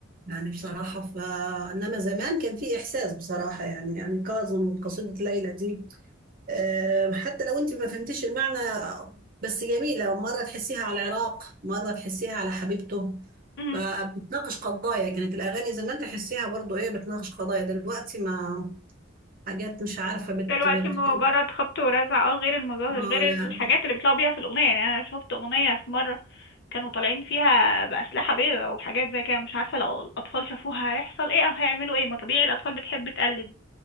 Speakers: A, on the right (about 45°); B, on the left (about 60°).
A: يعني بصراحة ف انما زمان كان في احساس بصراحة يعني يعني كاظم وقصيدة ليلى دي آم، حتى لو انت ما فهمتيش المعنى بس جميلة مرة تحسيها على العراق مرة تحسيها على حبيبته
B: مهم.
A: فبتناقش قضايا كانت الأغاني زمان تحسيها برضو ايه بتناقش قضايا دلوقتي ما حاجات مش عارفة بت
B: دلوقتي
A: بت
B: مجرد خبط ورزع اه غير المظاهر
A: اه
B: غير
A: لا
B: الحاجات
A: لا
B: اللي بيطلعوا بيها في الأغنية يعني أنا شفت أغنية في مرة كانوا طالعين فيها بأسلحة بيضاء وحاجات زي كده مش عارفة لو الأطفال شافوها هيحصل ايه أو هيعملوا ايه ما طبيعي الأطفال بتحب تقلد